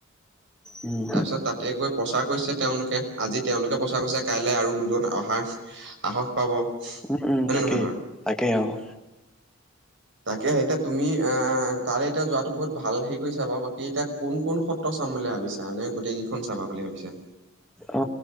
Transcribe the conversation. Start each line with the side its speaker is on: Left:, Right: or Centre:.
Centre: উম,
Right: তাৰপিছত তাতে গৈ প্ৰচাৰ কৰিছে। তেওঁলোকে আজি তেওঁলোকে প্ৰচাৰ কৰিছে। কাইলৈ আৰু দুজন অহাৰ, সাহস পাব।
Centre: উম, উম, তাকেই
Right: নে নহয় বাৰু?
Centre: তাকেই অ',
Right: তাকে এতিয়া তুমি অ, তাৰে এতিয়া যোৱাতটো বহুত ভাল হেৰি কৰিছা বাৰু বাকী এতিয়া কোন-কোন সত্ৰ চাম বুলি ভাবিছ? তাৰ মানে গোটেইকেইখন চাবা বুলি ভাবিছা।
Centre: অ,